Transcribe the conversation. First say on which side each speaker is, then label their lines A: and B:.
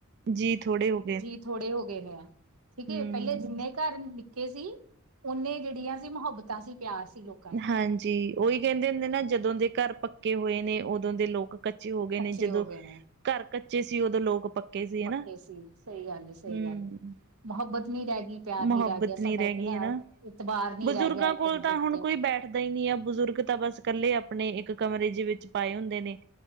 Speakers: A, on the right (about 50°); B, on the right (about 80°).
A: ਜੀ ਥੋੜੇ ਔ
B: ਜੀ ਥੋੜੇ ਹੋ ਗਏ ਨੇ ਐ, ਠੀਕ
A: ਹਮ
B: ਹੈ, ਪਹਿਲੇ ਜਿੰਨੇ ਘਰ ਨਿੱਕੇ ਸੀ, ਉਹਨੇ ਜਿਹੜੀਆਂ ਸੀ ਮੁਹੱਬਤਾਂ ਸੀ ਪਿਆਰ ਸੀ ਲੋਕ
A: ਹਾਂਜੀ ਉਹੀ ਕਹਿੰਦੇ ਹੁੰਦੇ ਨਾ, ਜਦੋਂ ਦੇ ਘਰ ਪੱਕੇ ਹੋਏ ਨੇ, ਉਦੋਂ ਦੇ ਲੋਕ ਕੱਚੇ ਹੋ ਗਏ
B: ਕੱਚੇ
A: ਨੇ, ਜਦੋਂ
B: ਹੋ ਗਏ ਨੇ
A: ਘਰ ਕੱਚੇ ਸੀ, ਉਦੋਂ ਲੋਕ ਪੱਕੇ ਸੀ ਹਨਾ
B: ਪੱਕੇ ਸੀ, ਸਹੀ ਗੱਲ ਏ, ਸਹੀ
A: ਹੂੰ
B: ਗੱਲ ਮੁਹੱਬਤ ਨੀ ਰਹਿ ਗਈ, ਪਿਆਰ
A: ਮੁਹੱਬਤ
B: ਨੀ ਰਹਿ ਗਿਆ,
A: ਨੀ
B: ਸਾਡਾ
A: ਰਹਿ
B: ਏ ਹੀ
A: ਗਈ
B: ਤੇ ਹੈ,
A: ਹਨਾ
B: ਇਤਬਾਰ ਨੀ
A: ਬਜ਼ੁਰਗਾਂ
B: ਰਹਿ ਗਿਆ, ਇੱਕ
A: ਕੋਲ
B: ਦੂਜੇ
A: ਤਾਂ ਹੁਣ
B: ਤੇ
A: ਕੋਈ ਬੈਠਦਾ ਹੀ ਨਹੀਂ ਐ, ਬਜ਼ੁਰਗ ਤਾਂ ਬਸ ਇਕੱਲੇ, ਆਪਣੇ ਇੱਕ ਕਮਰੇ ਜ ਵਿੱਚ ਪਾਏ ਹੁੰਦੇ ਨੇ।